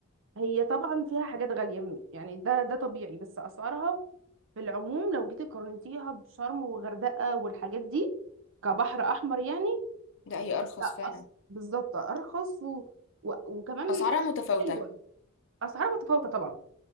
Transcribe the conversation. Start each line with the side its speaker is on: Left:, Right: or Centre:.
Right: هي طبعا فيها حاجات غاليه م- يعني ده ده طبيعي بس اسعارها في العموم لو جيتي قارنتيها بشرم وغردقه والحاجات دي كبحر احمر يعني
Left: لا هي ارخص
Right: لا
Left: فعلا
Right: أس... بالظبط ارخص و... و... وكمان
Left: اسعارها متفاوتة
Right: حلوه اسعارها متفاوتة طبعا